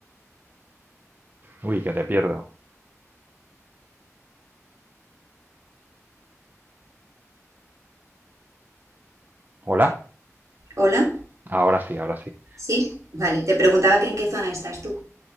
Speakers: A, on the right; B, on the right.
A: Uy, que te pierdo. ¿Hola?
B: Hola,
A: Ahora sí, ahora sí.
B: sí, vale, te preguntaba que en qué zona estás tú.